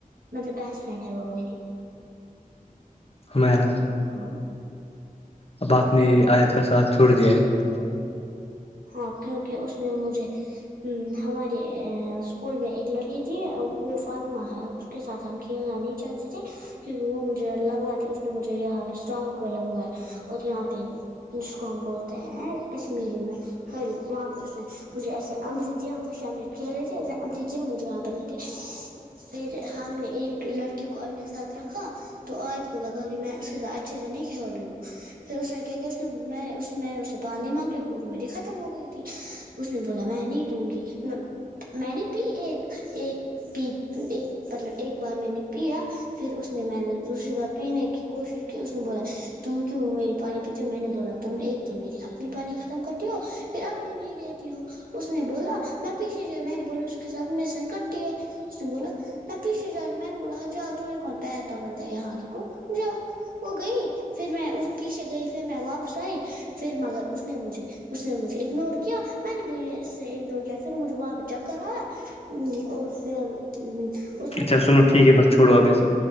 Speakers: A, on the right; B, on the left.
A: مطلب بیسٹ فرینڈ ہے وہ میری
B: ہمیرا
A: کو
B: اب آپ نے آیت کا ساتھ چھوڑ دیا ہے
A: ہاں کیونکہ اس نے مجھے ہماری اسکول میں ایک لڑکی جی وہ فاطمہ ہے اس کے ساتھ ہم کھیلنا نہیں چاہتے تھے کیونکہ وہ مجھے لگوا تھی اس نے مجھے یہاں پہ اسٹامک پہ لگوایا اور یہاں پہ ج کو ہم بولتے ہیں کشمیری میں پل وہاں پہ اس مجھے ایسےمرتیا امرت کھیل رہے تھےے امرتیا مجھے وہاں پہ لیں گے پھر ہم نے ایک لڑکی کو اپنے ساتھ رکھا تو عد کو لگا کہ میں اس کے ساتھ اچھے سے نہیں کھیل رہی ہوں پھر اس نے کیا کہ اس نے میں اس نے میں اسے پانی مانگی گو میری خط ختم ہو گئی تھی اس نے بولا میں نہیں دوں گی میں نے پی ایک پی ایک مطلب ایک بار میں نے پیا پھر اس نے میں نے دوسری بار پینے کی کوشش کی اس نے بولا تم کیوں میری پانی پیچھے میں نے بولا تھا تم ایک تو میری اپنی پانی ختم کرتی ہو پھر اب نہیں دیتی ہو اس نے بولا میں پیچھے جو میں نے بولا اس کے ساتھ م سر کٹی ہے اس نے بولا میں پیھے جاؤنی میں نے بولا ہاں جاؤ تو یہے کون پیر پکڑتا ہے یہاں رکو جاؤ وہ گئی پھر میں اس پیچھے گئی پھر میں واپس آئی پھر مگر اس نے مجھے اس نے مجھے اگنور کیا میں نے بھی اس نے اگنور کیا پھر مجھے وہاں پہ چک کرا ہ اور پ ہی
B: اچھا سنو ٹھیک ہے بس چھو ابھی سب